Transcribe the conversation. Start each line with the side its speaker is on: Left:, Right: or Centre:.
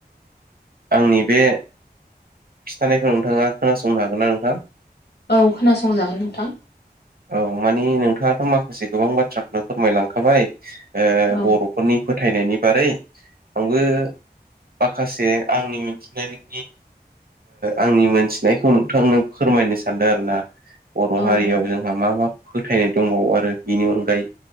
Right: आंनि बे खिथानायखौ नोंथाङा खोनासंनो हागोन ना नोंथां
Left: औ खोनासंजागोन नोंथां
Right: औ मानि नोंथाङाथ' माखासे गोबां बाथ्राखौनो फोरमायलांखाबाय
Left: औ
Right: बर' फोरनि फोथायनायनि बारै आंबो माखासे आंनि मिथिनायनि आंनि मोनथिनायखौ नोंथांनो फोरमायनो सानदों आरो ना बर'
Left: औ
Right: हारियाव
Left: नों
Right: जों जोंहा मा मा फोथायनाय दंबावो आरो बेनि अनगायै